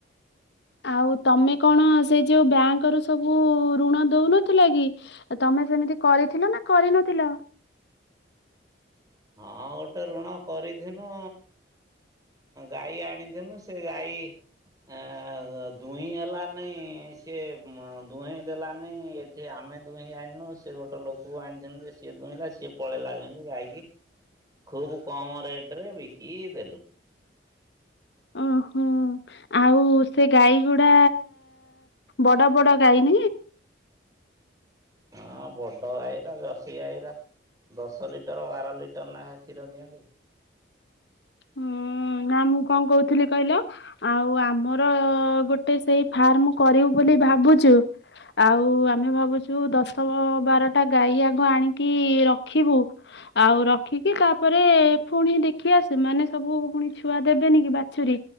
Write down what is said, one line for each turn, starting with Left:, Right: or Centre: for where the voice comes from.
Left: ଆଉ ତମେ କଣ ସେ ଯୋଉ ବ୍ୟାଙ୍କରୁ ସବୁ ଋଣ ଦଉନଥିଲେ କି ତମେ ସେମିତି କରିଥିଲ ନା କରିନଥିଲ?
Right: ହଁ ଗୋଟେ ଋଣ କରିଥିନୁ ଗାଈ ଆଣିଥିନୁ ସେ ଗାଇ ଆ ଦୁହିଁ ହେଲାନାଇଁ ସିଏ ଦୁହିଁଇ ଦେଲାନାଇ ଆମେ ଦୁହିଁ ଯାଣିନୁ ସେ ଗୋଟେ ଲୋକକୁ ଆଣିଛନ୍ତି। ସିଏ ଦୁହିଁଲା ସିଏ ପଳେଇଲା ଯେମିତି ଗାଇକି ଖୁବ କମ ରେଟରେ ବିକିଦେଲୁ।
Left: ଓହୋ ଆଉ ସେ ଗାଈ ଗୁଡା ବଡ ବଡ ଗାଈ ନା
Right: ହଁ ବଡ ଗାଈଗୁରା ଜର୍ସି ଗାଈଗୁରା ଦଶ ଲିଟର ବାର ଲି ଟର ନେଖା କ୍ଷୀର ଦିଅନ୍ତି।
Left: ହୁଁ ନା ମୁଁ କଁ କହୁଥିଲି କହିଲ ଆଉ ଆମର ଗୋଟେ ସେଇ ଫାର୍ମ କରିବୁ ବୋଲି ଭାବୁଚୁ ଆଉ ଆମେ ଭାବୁଚୁ ଦଶ ବ ବାରଟା ଗାଈ ଆଗ ଆଣିକି ରଖିବୁ ଆଉ ରଖିକି ତାପରେ ଫୁଣି ଦେଖିଆ ସି ସେମାନେ ସବୁ ପୁଣି ଛୁଆ ଦେବେନି କି ବାଛୁରୀ